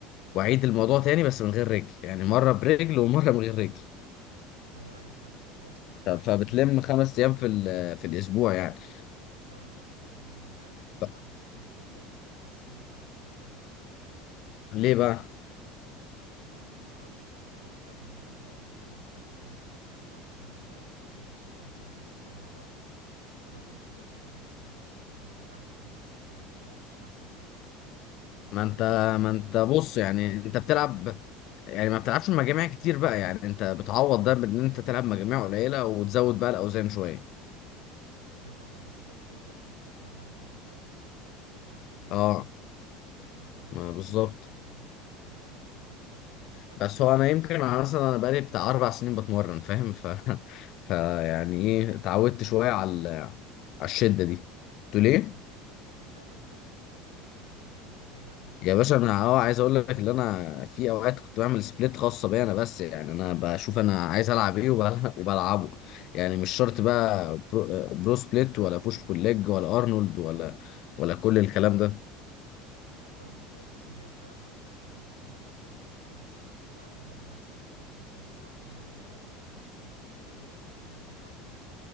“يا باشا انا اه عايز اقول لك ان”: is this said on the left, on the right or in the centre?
Left